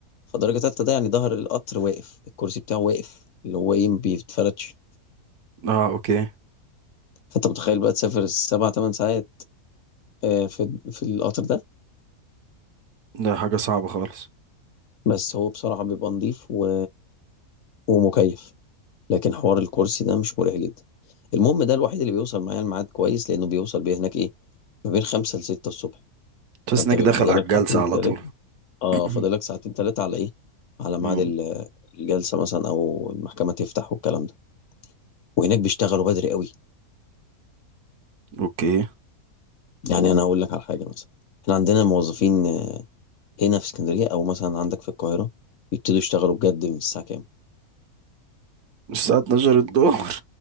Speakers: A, on the left; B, on the right.
A: فدرجة تالتة ده يعني ظهر القطر واقف الكرسي بتاعه واقف اللي هو ايه ما بيتفرتش
B: اه اوكي
A: فانت متخيل بقى تسافر سبع تمن ساعات آه، في في القطر ده
B: ده حاجة صعبة خالص
A: بس هو بصراحة بيبقى نظيف و... ومكيف لكن حوار الكرسي ده مش مريح جدا المهم ده الوحيد اللي بيوصل معايا الميعاد كويس لانه بيوصل بيه هناك ايه ما بين خمسة لستة الصبح
B: تحس
A: فانت
B: انك
A: بيبقى
B: داخل
A: فاضلك
B: على الجلسة
A: ساعتين
B: على
A: تلاتة
B: طول
A: اه
B: <clears throat>
A: فاضلك ساعتين تلاتة على ايه على ميعاد
B: مم.
A: ال- الجلسة مثلا او المحكمة تفتح والكلام ده وهناك بيشتغلوا بدري قوي
B: اوكي
A: يعني انا اقول لك على حاجة مثلا احنا عندنا الموظفين هنا في اسكندرية او مثلا عندك في القاهرة بيبتدوا يشتغلوا بجد من الساعة كام
B: الساعة 12 الظهر